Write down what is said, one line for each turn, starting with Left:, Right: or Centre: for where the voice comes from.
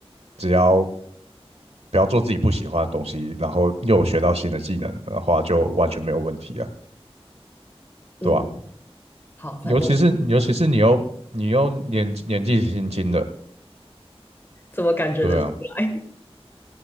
Right: 只要不要做自己不喜欢的东西，然后又有学到新的技能的话，就完全没有问题啊，
Left: 嗯，
Right: 对吧、
Left: 好，反正我
Right: 尤其是尤其是你又你又年年纪轻轻的，
Left: 怎么感觉得出来？
Right: 对啊，